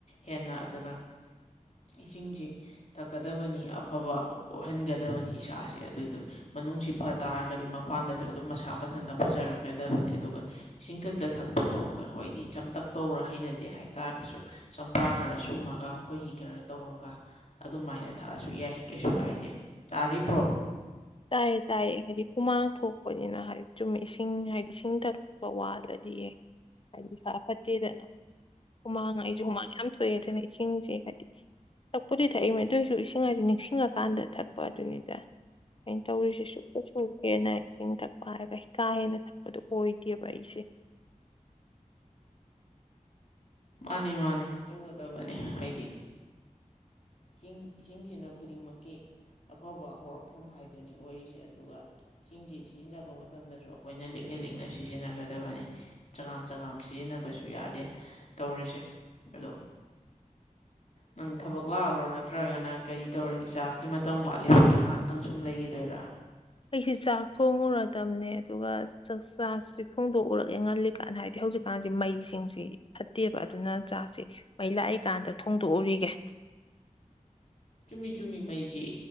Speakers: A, on the left (about 55°); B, on the left (about 40°).
A: ꯍꯦꯟꯅ ꯑꯗꯨꯅ ꯏꯁꯤꯡꯁꯤ ꯊꯛꯀꯗꯕꯅꯤ ꯑꯐꯕ ꯑꯣꯏꯍꯟꯒꯗꯕꯅꯤ ꯏꯁꯥꯁꯦ ꯑꯗꯨꯏꯗꯨ ꯃꯅꯨꯡꯁꯤ ꯐ ꯇꯥꯔꯒꯗꯤ ꯃꯄꯥꯟꯗꯁꯨ ꯑꯗꯨꯝ ꯃꯁꯥ ꯃꯊꯟꯇ ꯐꯖꯔꯛꯀꯗꯕꯅꯤ ꯑꯗꯨꯒ ꯏꯁꯤꯡ ꯈꯛꯇ ꯊꯛꯄ ꯇꯣꯛꯑꯒ ꯑꯩꯈꯣꯏꯗꯤ ꯆꯝꯇꯛ ꯇꯧꯔ ꯍꯩꯅꯗꯦ ꯍꯥꯏꯇꯥꯔꯒꯁꯨ ꯆꯝꯄ꯭ꯔꯥ ꯈꯔ ꯁꯨꯝꯃꯒ ꯑꯩꯣꯏꯒꯤ ꯈꯔ ꯇꯧꯔꯒ ꯑꯗꯨꯃꯥꯏꯅ ꯊꯛꯑꯁꯨ ꯌꯥꯏ ꯀꯩꯁꯨ ꯀꯥꯏꯗꯦ ꯇꯥꯔꯤꯕ꯭ꯔꯣ
B: ꯇꯥꯏꯌꯦ ꯇꯥꯏꯌꯦ ꯍꯥꯏꯗꯤ ꯍꯨꯃꯥꯡ ꯊꯣꯛꯄꯅꯤꯅ ꯍꯥꯏꯗꯤ ꯆꯨꯝ ꯏꯁꯤꯡ ꯍꯥꯏꯗꯤ ꯏꯁꯤꯡ ꯊꯛꯄ ꯋꯥꯗ꯭ꯔꯗꯤ ꯌꯦ ꯍꯥꯏꯗꯤ ꯁꯥꯥ ꯐꯠꯇꯦꯗꯅ ꯍꯨꯃꯥꯡ ꯑꯩꯁꯨꯦ ꯍꯨꯃꯥꯡ ꯌꯥꯝ ꯊꯣꯛꯑꯦ ꯑꯗꯨꯅ ꯏꯁꯤꯡꯁꯦ ꯍꯥꯏꯗꯤ ꯊꯛꯄꯨꯗꯤ ꯊꯛꯏꯃꯦ ꯑꯗꯨꯑꯣꯏꯁꯨ ꯏꯁꯤꯡ ꯍꯥꯏꯗꯤ ꯅꯤꯡꯁꯤꯡꯉꯀꯥꯟꯗ ꯊꯛꯄ ꯑꯗꯨꯅꯤꯗ ꯑꯩꯅ ꯇꯧꯔꯤꯁꯦ ꯁꯨ ꯀ ꯁꯁꯨ ꯍꯦꯟꯅ ꯏꯁꯤꯡ ꯊꯛꯄ ꯍꯥꯏꯔꯒ ꯀꯥ ꯍꯦꯟꯅ ꯊꯛꯄꯗꯣ ꯑꯣꯏꯗꯦꯕ ꯑꯩꯁꯦ <unintelligible>
A: ꯃꯥꯅꯦ ꯃꯥꯅꯦ ꯇꯧꯒꯗꯕꯅꯤ ꯍꯥꯏꯗꯤ ꯏꯁꯤꯡ ꯏꯁꯤꯡꯁꯤꯅ ꯈꯨꯗꯤꯡꯃꯛꯀꯤ ꯑꯐꯕ ꯍꯧꯔꯛꯐꯝ ꯍꯥꯏꯗꯨꯅꯤ ꯑꯣꯏꯔꯤꯁꯦ ꯑꯗꯨꯒ ꯏꯁꯤꯡꯁꯤ ꯁꯤꯖꯤꯟꯅꯕ ꯃꯇꯝ ꯃꯇꯝꯗꯁꯨ ꯑꯩꯈꯣꯏꯅ ꯂꯤꯛꯅ ꯂꯤꯛꯅ ꯁꯤꯖꯤꯟꯅꯒꯗꯕꯅꯤ ꯆꯉꯝ ꯆꯉꯥꯝ ꯁꯤꯖꯤꯟꯅꯕꯁꯨ ꯌꯥꯗꯦ ꯇꯧꯔꯤꯁꯦ ꯑꯗꯣ
B: <unintelligible>
A: ꯅꯪ ꯊꯕꯛ ꯂꯥꯛꯑꯔꯣ ꯅꯠꯇ꯭ꯔꯒꯅ ꯀꯔꯤ ꯇꯧꯔꯤ ꯏꯥꯛꯀꯤ ꯃꯇꯝ ꯋꯥꯠꯂꯤꯕꯒꯤ ꯉꯍꯥꯛꯇꯪ ꯁꯨꯝ ꯂꯩꯈꯤꯗꯣꯏꯔꯥ
B: ꯑꯩꯁꯦ ꯆꯥꯛ ꯊꯣꯡꯉꯨꯔꯗꯕꯅꯦ ꯑꯗꯨꯒ ꯆꯥꯛ ꯆꯥꯁꯦ ꯊꯣꯡꯗꯣꯛꯎꯔꯒꯦ ꯉꯜꯂꯤ ꯀꯥꯟ ꯍꯥꯏꯗꯦ ꯍꯧꯖꯤꯛꯀꯥꯟꯁꯦ ꯃꯩꯁꯤꯡꯁꯤ ꯐꯠꯇꯦꯕ ꯑꯗꯨꯅ ꯆꯥꯛꯁꯦ ꯃꯩ ꯂꯥꯛꯏꯀꯥꯟꯗ ꯊꯣꯡꯗꯣꯛꯎꯏꯒꯦ꯫ <inaudible>
A: ꯆꯨꯝꯃꯤ ꯆꯨꯝꯃꯤ ꯃꯩꯖꯤ__